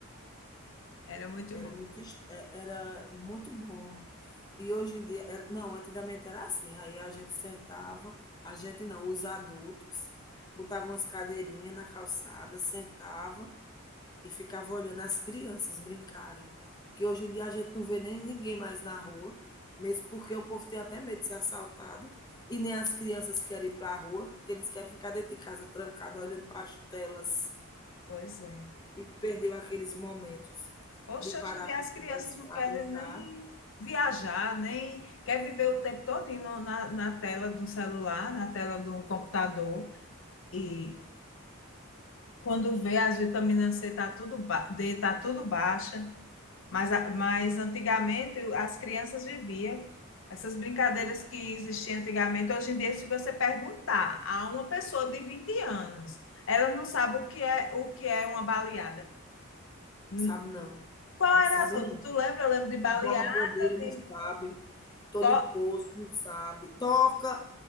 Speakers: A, on the left; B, on the left.
A: era muito
B: era
A: bom.
B: muito es é era muito bom. E hoje em dia era não, antigamente era assim, aí a gente sentava a gente não, os adultos, botavam umas cadeirinhas na calçada, sentava e ficava olhando as crianças brincarem. Que hoje em dia a gente não vê nem ninguém mais na rua, mesmo porque o povo tem até medo de ser assaltado. E nem as crianças querem ir para a rua, porque eles querem ficar dentro de casa, trancado, olhando para as telas.
A: Pois é.
B: E perdeu aqueles momentos
A: Hoje,
B: de parar
A: hoje em dia
B: para
A: as
B: conversar,
A: crianças não querem
B: brincar.
A: nem viajar, nem quer viver o tempo todo na, na tela do celular, na tela do computador. E quando vê, as vitaminas C tá tudo ba- D tá tudo baixa, mas, a- mas antigamente as crianças viviam essas brincadeiras que existiam antigamente. Hoje em dia, se você perguntar a uma pessoa de 20 anos, ela não sabe o que é o que é uma baleada. Hum,
B: Sabe não,
A: Qual
B: não sabe
A: era as outras?
B: não.
A: Tu lembra? Eu lembro de baleada,
B: Barra bandeira
A: de
B: não sabe, tô
A: to-
B: no posto não sabe. Toca,